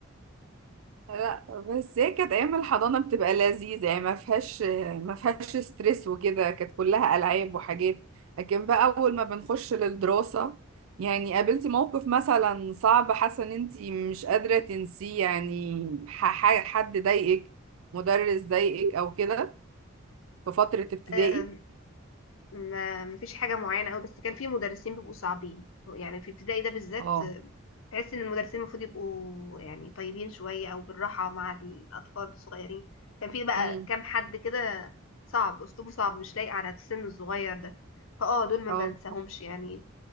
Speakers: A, on the right; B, on the left.
A: لا بس هي كانت ايام الحضانه بتبقى لذيذه يعني ما فيهاش ما فيهاش ستريس وكده كانت كلها العاب وحاجات لكن بقى اول ما بنخش للدراسه يعني قابلتي موقف مثلا صعب حاسه ان انت مش قادره تنسيه يعني ح- ح- حد ضايقك مدرس ضايقك او كده في فتره ابتدائي
B: أم، ما مفيش حاجة معينة قوي بس كان في مدرسين بيبقوا صعبين يعني في ابتدائي ده بالذات
A: اه
B: آه، تحس ان المدرسين المفروض يبقوا يعني طيبين شوية او بالراحة مع الاطفال الصغيرين كان في بقى
A: امم
B: كام حد كده صعب اسلوبه صعب مش لايق على السن الصغير ده فاه دول ما
A: اه
B: بنساهمش يعني